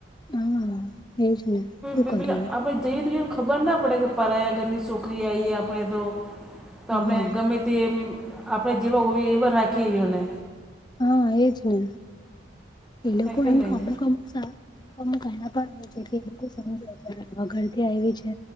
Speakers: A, on the left; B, in the centre.
A: હા એજ ને શું
B: પે
A: કરીએ
B: પે આપડેઈએ તોઈ ખબર ના પડે કે પરાયા ઘરની છોકરી આવીએ આપણે તો તો
A: હા
B: આપણે ગમે. તેમ આપણે જેવા હોઈએ એવા રાખી એને.
A: હા એજ ને એ લોકો
B: હે કે
A: એમ
B: નહીં
A: કમુ કમુક સા. અમુક અમુક એલા પણ હોય છે એ લોકો સમાય્યારે આગળથી આવી છે.